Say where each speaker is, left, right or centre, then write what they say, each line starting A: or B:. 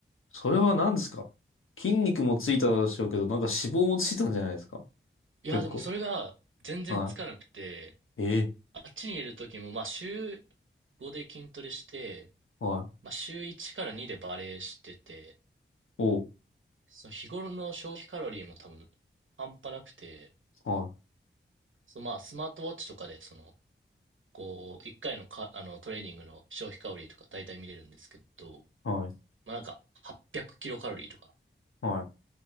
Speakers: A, on the left; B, on the right.
A: それは何ですか筋肉もついたでしょうけど、なんか脂肪もついたんじゃないですか
B: いや、
A: 結構。
B: でもそれが全然つかなくて、
A: はい。ええ
B: あっちにいる時も、まあ、週5で筋トレして、
A: はい。
B: まあ、週1から2でバレエしてて、
A: おう。
B: その日頃の消費カロリーも多分半端なくて、
A: は
B: そのまあ、スマートウォッチとかで、その、こう、1回のか、あの、トレーニングの消費カロリーとか大体見れるんですけど、
A: い。はい。
B: まあ、なんか800キロカロリーとか、
A: はい。